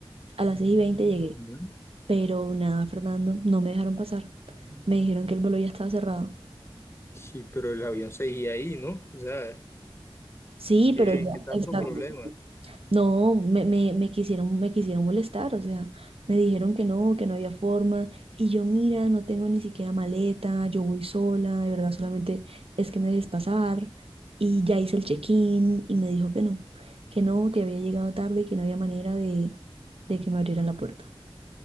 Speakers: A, on the right (about 80°); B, on the left (about 25°).
A: a las seis y 20 llegué.
B: Ujú.
A: Pero nada, Fernando, no me dejaron pasar. Me dijeron que el vuelo ya estaba cerrado.
B: Sí, pero el avión seguía ahí, ¿no? O sea,
A: Sí,
B: ¿qué,
A: pero ya,
B: qué tanto
A: exacto.
B: problema?
A: No, me, me, me quisieron, me quisieron molestar, o sea, me dijeron que no, que no había forma, y yo, mira, no tengo ni siquiera maleta, yo voy sola, de verdad, solamente es que me dejes pasar, y ya hice el check-in, y me dijo que no, que no, que había llegado tarde y que no había manera de, de que me abrieran la puerta.